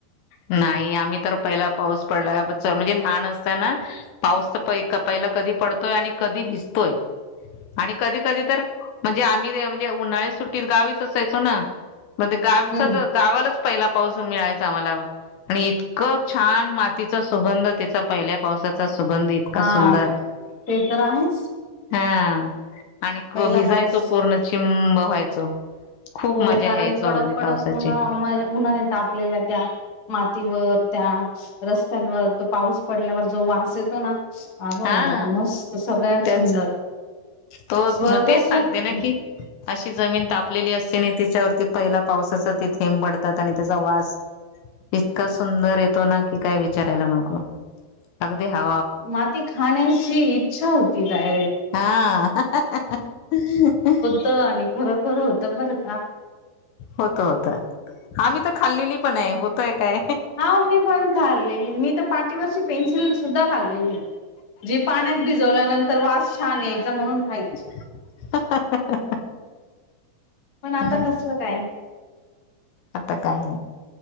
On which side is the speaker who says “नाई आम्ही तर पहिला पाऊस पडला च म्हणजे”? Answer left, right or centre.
Left